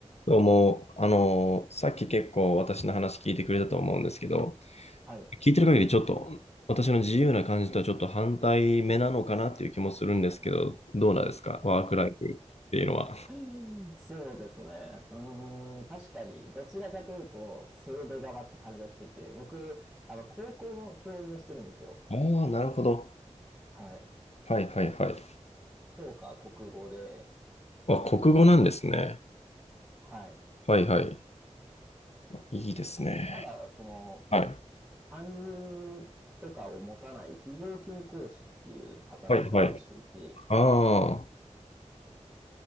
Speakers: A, on the left; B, in the centre.
A: どうも、あのーさっき結構私の話聞いてくれたと思うんですけど、
B: はい。
A: 聞いてる限りちょっと私の自由な感じとはちょっと反対目なのかなっていう気もするんですけど、どうなんですかワークライフっていうのは。
B: <laughs> そうですね。うーん、確かに、どちらかというと、制度側って感じがしてて、僕、あの、高校の教員をしてるんですよ。
A: ああ、なるほど。
B: はい。
A: はいはいはい。
B: 教科は国語で、
A: あ、国語なんですね。
B: はい。
A: はいはい。いいですね。
B: ただ、その、
A: はい。
B: 担任とかを持たない非常勤講師っていう働き方をしていて、
A: はいはい。あ